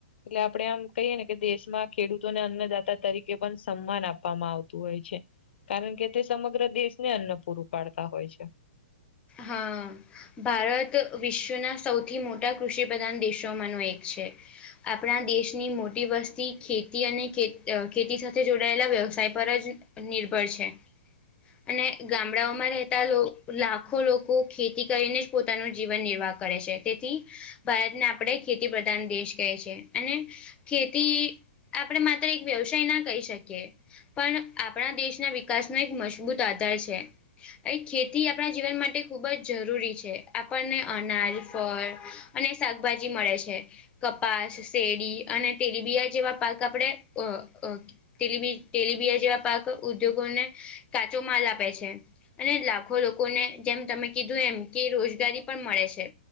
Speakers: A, on the left; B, on the left.
A: એટલે આપડે આમ કહીએ ને કે દેશમાં ખેડૂતોને અન્નદાતા તરીકે પણ સન્માન આપવામાં આવતું હોય છે. કારણ કે તે સમગ્ર દેશ ને અન્ન પૂરું પાડતા હોય છે.
B: હા. ભારત વિશ્વના સૌથી મોટા કૃષિ પ્રધાન દેશોમાં ન એક છે. આપણા દેશની મોટી વસ્તી ખેતી અને ખેતી સાથે જોડાયેલા વ્યવસાય પર જ નિર્ભર છે અને ગામડાઓમાં રહેતા લોક લાખ લાખો લોકો ખેતી કરીને જ પોતાનું જીવન નિર્વાહ કરે છે તેથી ભારતને આપણે ખેતી પ્રધાન દેશ કહે છે અને ખેતી આપણેે માત્ર એક વ્યવસાય ના કહી શકીએ. પણ આપણા દેશના વિકાસનો એક મજબૂત આધાર છે અ ખેતી આપણા જીવન માટે ખૂબ જ જરૂરી છે આપણને અનાજ ફળ અને શાકભાજી મળે છે. કપાસ શેડી અને તેલીબિયા જેવા પાક આપણે અ તેલબી તેલીબિયા જેવા પાક ઉદ્યોગ ને કાચો માલ આપે છે અને લાખો લોકો લોકોને જેમ તમે કીધું એમ કે રોજગારી પણ મળે છે.